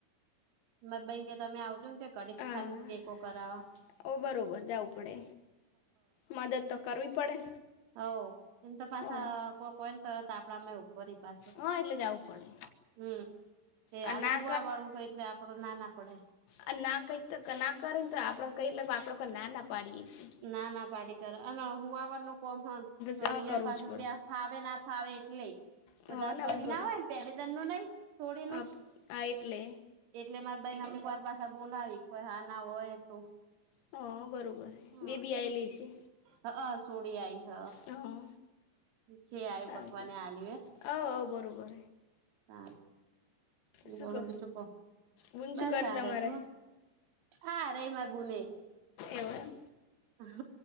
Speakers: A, on the right; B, on the left.
A: મ બે કે તમે આવજો ને કે કડીક
B: હા
A: ખાલી ટેકો કરાવવા.
B: ઓ બરોબર જાવું પડે મદદ તો કરવી પડે.
A: હ એમ તો પાછ
B: ઓ
A: કો કોઈમ ચતા આપડા મે પરી પાછ
B: હા એટલે જવું પડે
A: હમ. એ હાર
B: આ ના
A: હવા વાળું ક એટલે આપડો ના ના પડે.
B: આ ના કઈ તો ના કરીને તો આપડ કહીે આપડ કો ના ના પાડીએે.
A: ના ના પાડી કરર અને હું આવવાર નું કોમ તો
B: જ કરવું
A: ન પાસે
B: જ પડે
A: ત્યાં ફાવે ના ફાવે એટલે. બદા
B: હ
A: કરી
B: ભાઈ બરોબર
A: ના હોય પેલી દર ન નહી છોડીનું
B: હા
A: જ
B: હા એટલે
A: એટલે મારે ભાઈ ના અમુકવાર પાસે બોલાવી કોઈ હા ના હોય તો.
B: હા બરોબર.
A: હમ
B: બેબી આવેલી છે
A: હા હ સોડી આઈ હ.
B: હા
A: છે આવ
B: સારું
A: પકવાને
B: તો
A: આલ
B: આવ આવ બરોબર
A: ું બ
B: શું
A: બીું
B: કહો
A: ક
B: બુન
A: બસ
B: શું કરે
A: સાર
B: તમારે
A: છ. હા રહી માર બુંને
B: એવું એમ
A: હ